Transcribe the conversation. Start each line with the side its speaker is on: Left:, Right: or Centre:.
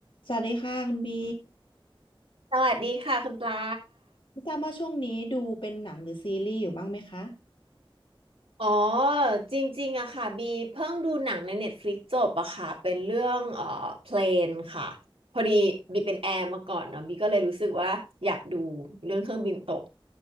Left: สวัสดีค่ะคุณบี
Right: สวัสดีค่ะคุณปลา
Left: ไม่ทราบว่าช่วงนี้ดูเป็นหนังหรือซีรีส์อยู่บ้างไหมคะ
Right: อ๋อจริงๆอะค่ะบีเพิ่งดูหนังใน Netflix จบอะค่ะเป็นเรื่องเอ่อเพลนค่ะพอดีบีเป็นแอร์มาก่อนเนาะบีก็เลยรู้สึกว่าอยากดูเรื่องเครื่องบินตก